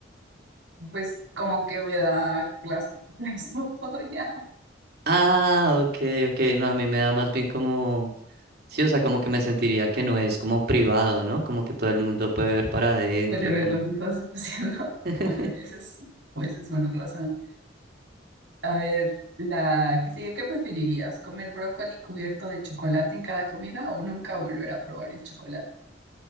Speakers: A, on the right (about 75°); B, on the right (about 55°).
A: Pues como que me da clas- <laughs> claustrofobia.
B: Ah, ok, ok. No, a mí me da más bien como... Sí, o sea, como que me sentiría que no es como privado, ¿no? Como que todo el mundo puede ver para adentro,
A: Puede ver
B: como...
A: lo que estás haciendo. <laughs>
B: <laughs>
A: Bueno, esa es, pues es una razón. A ver, la que sigue, ¿qué preferirías? ¿Comer brócoli cubierto de chocolate en cada comida o nunca volver a probar el chocolate?